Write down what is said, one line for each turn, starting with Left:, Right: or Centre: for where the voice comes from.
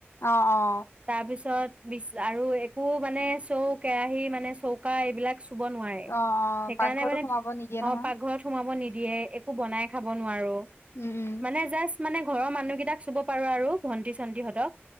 Left: অ', অ'।
Right: তাৰপিছত বিচ আৰু একো মানে চৌ, কেৰাহী মানে চৌকা এইবিলাক চুব নোৱাৰে
Left: অ অ
Right: সেইকাৰণে
Left: পাকঘৰতো
Right: মানে
Left: সোমাব নিদিয়ে
Right: অ',
Left: নহয়
Right: পাকঘৰত সোমাব নিদিয়ে একো বনাই খাব নোৱাৰো
Left: উম উম
Right: মানে জাষ্ট মানে ঘৰৰ মানুহকেইটাক চুব পাৰো আৰু। ভণ্টি চণ্টি হতক